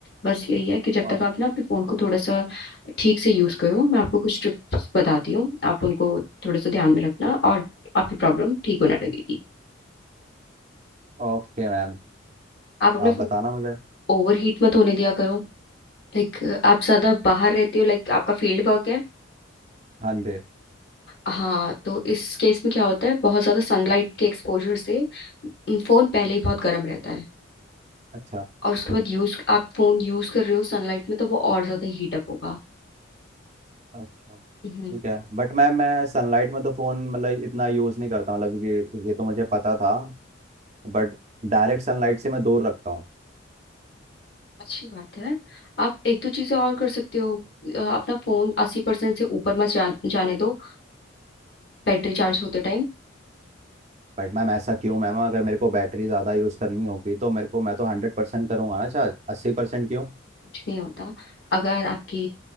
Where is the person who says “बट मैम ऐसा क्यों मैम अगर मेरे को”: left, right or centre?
Right